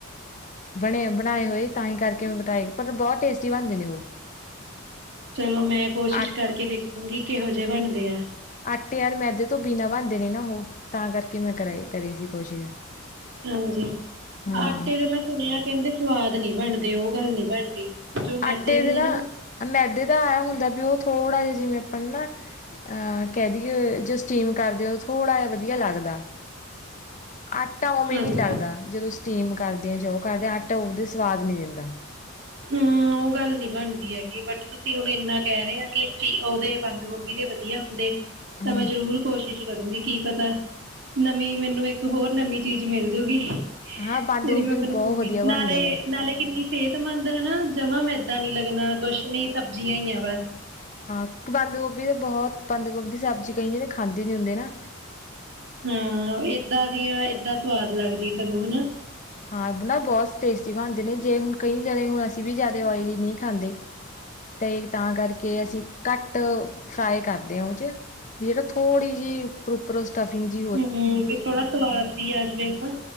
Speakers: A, on the left; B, on the right.
A: ਬਣੇ ਬਣਾਏ ਹੋਏ ਤਾਂ ਹੀ ਕਰਕੇ ਮ ਬਿਟਏ ਪਰ ਬਹੁਤ ਟੇਸਟੀ ਬਣਦੇ ਨੇ ਉਹ
B: ਚਲੋ ਮੈਂ ਕੋਸ਼ਿਸ਼
A: ਆ
B: ਕਰਕੇ ਦੇਖੂਗੀ ਕਿਹੋ ਜਿਹੇ ਬਣਦੇ ਆ
A: ਆਟੇ ਯਾਰ ਮੈਦੇ ਤੋਂ ਬੀਨਾ ਬਣਦੇ ਨੇ ਨਾ ਉਹ ਤਾਂ ਕਰਕੇ ਮੈਂ ਕਰ ਕਰੀ ਸੀ ਕੋਸ਼ਿਸ਼
B: ਹਾਂਜੀ
A: ਹਾਂ।
B: ਆਟੇ ਦੇ ਮੈਂ ਸੁਣਿਆ ਕਹਿੰਦੇ ਸਵਾਦ ਨੀ ਬਣਦੇ ਉਹ ਗੱਲ ਨੀ ਬਣਦੀ ਜੋ ਮੈਦੇ
A: ਆਟੇ ਦੇ ਨਾ
B: ਹਨਾ
A: ਮੈਦੇ ਦਾ ਆਇਆ ਹੁੰਦਾ ਵੀ ਉਹ ਥੋੜ੍ਹਾ ਜਿਹਾ ਜਿਵੇਂ ਆਪਾਂ ਨਾ ਅਹ ਕਹਿ ਦਈਏ ਜੇ ਸਟੀਮ ਕਰਦੇ ਹੋ ਥੋੜ੍ਹਾ ਜਿਹਾ ਵਧੀਆ ਲੱਗਦਾ ਆਟਾ ਉਵੇਂ
B: ਹਾਂਜੀ
A: ਨਹੀਂ ਲੱਗਦਾ ਜਦੋਂ ਸਟੀਮ ਕਰਦੇ ਜਾਓ ਕਰਦੇ ਆਟਾ ਉਹਦੇ ਸਵਾਦ ਨੀ ਦਿੰਦਾ
B: ਹਮ ਉਹ ਗੱਲ ਨੀ ਬਣਦੀ ਹੈਗੀ ਬਟ ਤੁਸੀਂ ਹੁਣ ਇੰਨਾ ਕਹਿ ਰਹੇ ਆ ਕਿ ਚੀ ਉਹਦੇ ਬੰਦ ਗੋਭੀ ਦੇ ਵਧੀਆ ਹੁੰਦੇ ਤਾਂ
A: ਹੂੰ
B: ਮੈਂ ਜ਼ਰੂਰ ਕੋਸ਼ਿਸ਼ ਕਰੂੰਗੀ ਕੀ ਪਤਾ ਨਵੀਂ ਮੈਨੂੰ ਇੱਕ ਹੋਰ ਨਵੀਂ ਚੀਜ਼ ਮਿਲਜੂਗੀ ਜਿਹੜੀ
A: ਹਾਂ ਬੰਦ ਗੋਭੀ
B: ਮੈ ਬਿਨਾਇਉਗੀ
A: ਤਾਂ ਬਹੁਤ ਵਧੀਆ
B: ਨਾਲੇ
A: ਬਣਦੇ ਨੇ।
B: ਨਾਲੇ ਕਿੰਨੀ ਸੰਬੰਦ ਹਨਾ ਜਮਾ ਮੈਦਾ ਨੀ ਲੱਗਣਾ ਕੁਛ ਨੀ ਸਬਜ਼ੀਆਂ ਹੀਈ ਆ ਬਸ
A: ਹਾਂ ਬੰਦ ਗੋਭੀ ਤਾਂ ਬਹੁਤ ਬੰਦ ਗੋਭੀ ਦੀ ਸਬਜ਼ੀ ਕਈਆਂਦੇ ਖਾਂਦੇ ਨੀ ਹੁੰਦੇ ਨਾ
B: ਹਾਂ ਏਦਾਂ ਦੀ ਆ ਏਦਾਂ ਸਵਾਦ ਲੱਗਦੀ ਸਗੋਂ ਹਨਾ
A: ਹਾਂ ਨਾ ਬਹੁਤ ਟੇਸਟੀ ਬਣਦੇ ਨੇ ਜੇ ਹੁਣ ਕਈ ਜਣੇ ਹੁਣ ਅਸੀਂ ਵੀ ਜ਼ਿਆਦਾ ਆਇਲੀ ਨਹੀਂ ਖਾਂਦੇ
B: ਹ
A: ਅਤੇ ਤਾਂ ਕਰਕੇ ਅਸੀਂ ਘੱਟ ਫਰਾਈ ਕਰਦੇ ਹਾਂ ਉਹ 'ਚ ਵੀ ਜਿਹੜਾ ਥੋੜ੍ਹੀ ਜਿਹੀ ਉਪਰੋ ਉੱਪਰ ਉਸ ਸਟਫਿੰਗ ਜ
B: ਹਮ ਤੇ ਥੋੜਾ ਸਵਾਦ ਵੀ ਆ ਜਾਵੇ ਹਨਾ